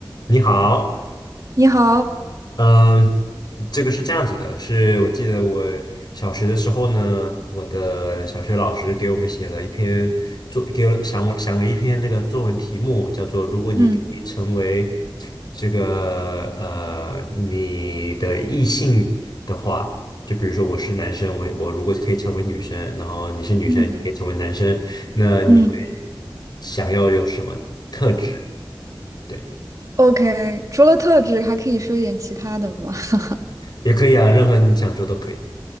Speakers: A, on the left; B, on the right.
A: 你好，
B: 你好，
A: 嗯，这个是这样子的，是我记得我小学的时候呢，我的小学老师给我们写了一篇作，给我想我想了一篇这个作文题目，叫做“如果你可以成为
B: 嗯
A: 这个呃你的异性的话”，就比如说我是男生，我我如果可以成为女生，然后你是女生，
B: 嗯
A: 你可以成为男生，那你会
B: 嗯，
A: 想要有什么特质？对，
B: ，OK，除了特质，还可以说一点其他的吗？<laughs>
A: 也可以啊，任何你想说都可以。是